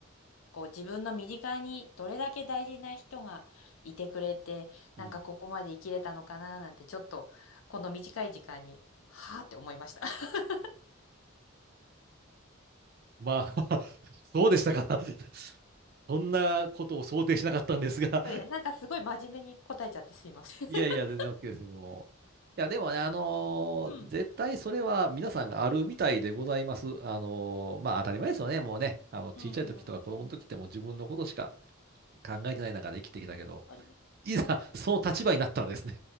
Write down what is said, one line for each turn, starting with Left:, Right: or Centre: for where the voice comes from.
Left: こう自分の身近にどれだけ大事な人がいてくれて、なんかここまで生きれたのかななんてちょっとこの短い時間に、
Right: うん。
Left: はーって思いました。<laughs>
Right: まあ、<laughs> そうでしたか。そんなことを想定しなかったんですが、
Left: これねなんかすごい真面目に答えちゃってすいません。
Right: いやいや、
Left: <laughs>
Right: 全然 OK ですよ、もう。いや、でもね、あのー絶対それは皆さんがあるみたいでございます。
Left: うん。
Right: あのーまあ当たり前ですよね、
Left: あー
Right: もうね。あの、小さい時とか子供の時ってもう自分のことしか
Left: うんうん。
Right: 考えてない中で生きてきたけど、
Left: 本当に、
Right: いざその立場になったらですね